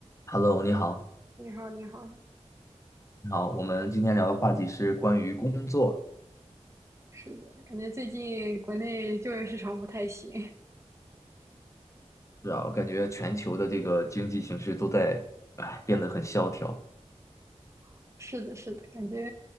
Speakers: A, on the left; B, on the right.
A: Hello，你好，
B: 你好，你好，
A: 你好，我们今天聊的话题是关于工作，
B: 是的，感觉最近国内就业市场不太行。
A: 是啊，我感觉全球的这个经济形势都在，哎，变得很萧条。
B: <laughs> 是的，是的，感觉，